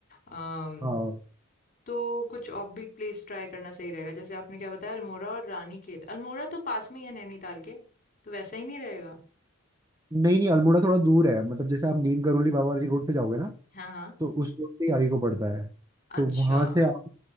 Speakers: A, on the left; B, on the right.
A: अम्म
B: हाँ
A: तो कुछ ऑफबीट प्लेस ट्राई करना सही रहेगा जैसे आपने क्या बताया अल्मोड़ा और रानीखेत अल्मोड़ा तो पास में ही है नैनीताल के तो वैसा ही नहीं रहेगा
B: नहीं नहीं अल्मोड़ा थोड़ा दूर है मतलब जैसे आप नीम करोली बाबा वाली रोड पे जाओगे ना
A: हाँ हाँ
B: तो उस रोड पे ही आगे को पड़ता है
A: अच्छा
B: तो वहां से आप